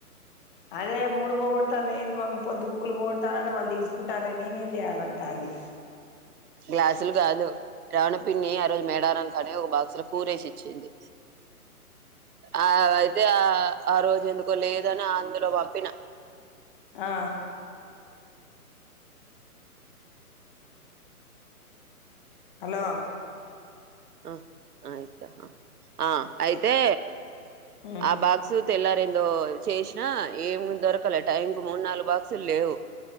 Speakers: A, on the left; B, on the right.
A: అదే మూడు పోగొడతాంది ఏందీ మమ్మీ పొద్దు పోక పోగొడతానంటే వాళ్ళు తీసుకుంటాన్రే నేనేం చేయాల అంటాంది.
B: గ్లాసులు కాదు శ్రావణి పిన్ని ఆ రోజు మేడారం కాన్నే ఓ బాక్సు లో కూరేసి ఇచ్చింది ఆ అయితే ఆ ఆ రోజు ఎందుకో లేదని అందులో పంపిన
A: ఆ హలో
B: ఆ ఆయితా ఆ అయితే
A: ఉమ్
B: ఆ బాక్స్ తెల్లార ఏందో చేసినా ఏమి దొరకాలే టైంకు మూడు నాలుగు బాక్సులు లేవు